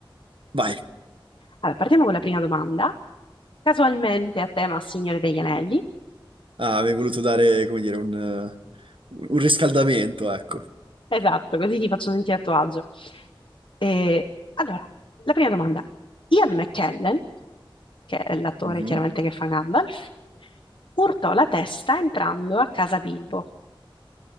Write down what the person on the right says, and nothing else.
Vai.
Ah, mi hai voluto dare, come dire, un, eh, un riscaldamento, ecco.
Mhm.